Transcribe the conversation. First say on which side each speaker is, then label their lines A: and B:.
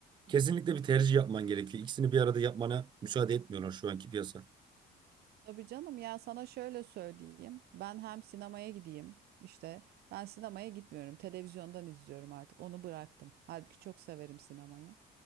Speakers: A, on the right; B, on the right.
A: Kesinlikle bir tercih yapman gerekiyor. İkisini bir arada yapmana müsaade etmiyorlar şu anki piyasa.
B: Tabii canım ya sana şöyle söyleyeyim. Ben hem sinemaya gideyim. İşte ben sinemaya gitmiyorum. Televizyondan izliyorum artık. Onu bıraktım. Halbuki çok severim sinemayı.